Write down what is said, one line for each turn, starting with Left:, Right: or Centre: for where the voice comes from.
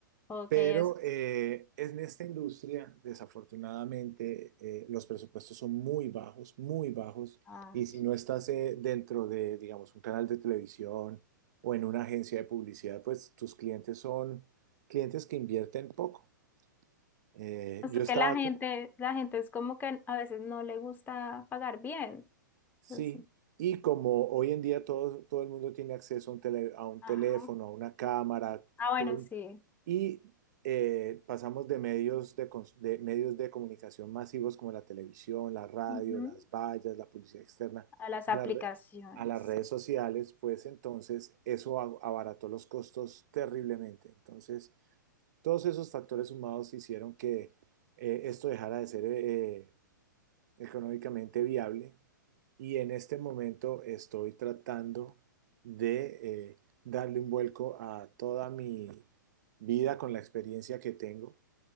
Left: ¿O
Right: pero
Left: qué es?
Right: eh, en esta industria, desafortunadamente, eh, los presupuestos son muy bajos, muy bajos,
Left: Ay,
Right: y si no estás eh, dentro de, digamos, un canal de televisión o en una agencia de publicidad, pues tus clientes son clientes que invierten poco. Eh,
Left: Pues
Right: yo
Left: es
Right: estaba
Left: que la gente, la gente es como que a veces no le gusta pagar bien.
Right: Sí,
Left: Entonces,
Right: y como hoy en día todo, todo el mundo tiene acceso a un, tele- a un
Left: ajá.
Right: teléfono, a una cámara,
Left: Ah, bueno,
Right: todo el-
Left: sí.
Right: y eh, pasamos de medios de, cons- de medios de comunicación masivos como la televisión, la radio,
Left: Ujú.
Right: las vallas, la publicidad externa,
Left: A las
Right: a
Left: aplicaciones.
Right: la re- a las redes sociales, pues entonces eso a- abarató los costos terriblemente. Entonces, todos esos factores sumados hicieron que eh, esto dejara de ser... eh, económicamente viable y en este momento estoy tratando de eh, darle un vuelco a toda mi vida con la experiencia que tengo,